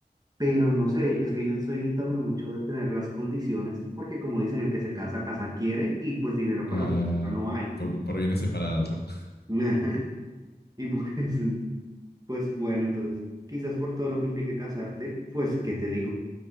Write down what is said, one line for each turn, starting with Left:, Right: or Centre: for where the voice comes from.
Right: Pero no sé, es que yo soy también mucho de tener las condiciones, porque como dicen, el que se casa, casa quiere, y pues dinero
Left: ah,
Right: para una casa no hay.
Left: por, por bienes separados, ¿no?
Right: <laughs> Y pues, pues bueno, entonces, quizás por todo lo que implique casarte, pues, ¿qué te digo?